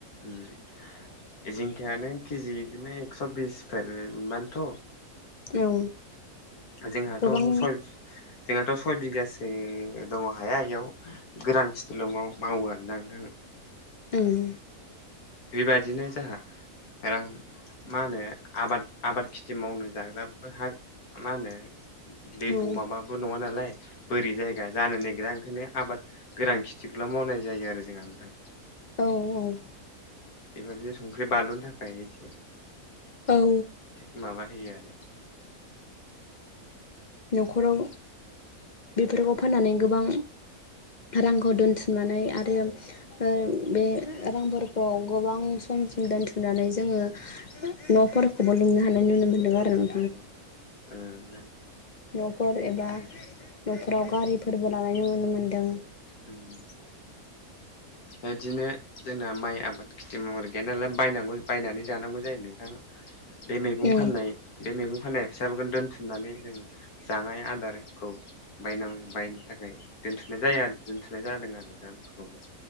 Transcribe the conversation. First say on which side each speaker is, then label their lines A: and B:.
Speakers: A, on the left; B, on the left.
A: उम। जिंखायानो केजि बिदिनो एकस' बिसफोर मोनबाथ'
B: औ
A: जोंहाथ'
B: गोबां
A: सय जोंहाथ' सय बिगासो दङ' हाया इयाव गोरान खिथिल' माव- मावो आरोना नोंथां।
B: ओं।
A: बेबादिनो जाहा रां मा होनो आबाद आबाद खेथि मावना जाग्राबो हा मा होनो दैेब'
B: औ
A: माबाबो नङा नालाय बोरि जायगा जानो नागिरा ओंखायनो आबाद गोरान खिथिखौल' मावनाय जायो आरो जोंहा नोंथां।
B: औ औ।
A: बेबायदिनो संख्रि बानलुनो थाखाय एसे
B: औ।
A: थिग माबा होयो आरो।
B: न'खराव बेफोरखौ फाननानै गोबां रांखौ दोनथुमनानै आरो ओ
A: बिदिनो
B: बे रांफोरखौ गोबां समसिम दोनथुमनानै जोङो न'फोरखौबो लुनो हानाय नुनो मोन्दों आरो आं।
A: ओ ओं ना।
B: न'फोर एबा न'फोराव गारिफोरबो लानाय नुनो मोन्दों।
A: उम। बेदिनो जोंना माइ आबाद खिथि मावनाय गैया नालाय बायनांगौ बायनानै जानांगौ जायो नोंथां। बे मैगं
B: औ
A: फाननाय बे मैगं फाननाय फैसाफोखौनो दोनथुमनानै जों जानाय आदारखौ बायनां बायनो थाखाय दोनथुमनाय जाया दोनथ'नाय जादों आरो रांफोरखौबो।